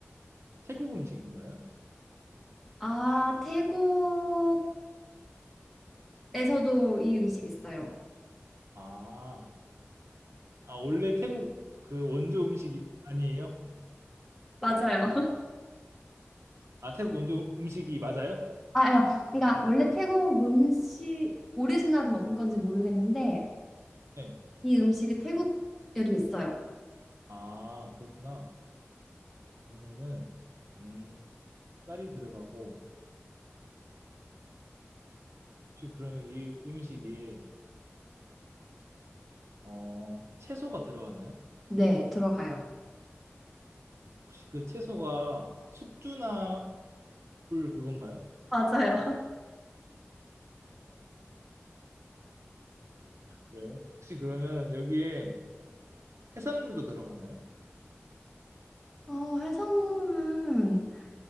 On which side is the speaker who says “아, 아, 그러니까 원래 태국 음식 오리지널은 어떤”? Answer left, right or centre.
Centre